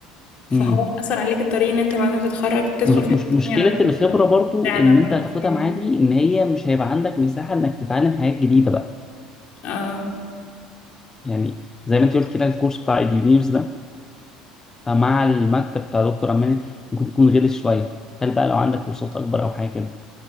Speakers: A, on the left; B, on the left.
A: فهو
B: امم
A: اثر عليك الطريق ان انت بعد ما تتخرج تدخل
B: مش مش
A: في حاجه
B: مشكلة
A: تانية على طول
B: الخبرة
A: او
B: برضو
A: تعلى
B: إن
A: برضه
B: أنت هتاخدها
A: يعني
B: معاه دي إن هي مش هيبقى عندك مساحة إنك تتعلم حاجات جديدة بقى
A: اه
B: يعني زي ما أنت قلت كده الكورس بتاع إديونيرز ده مع المكتب بتاع دكتور أمان ممكن يكون غلس شوية هل بقى لو عندك كورسات أكبر أو حاجة كده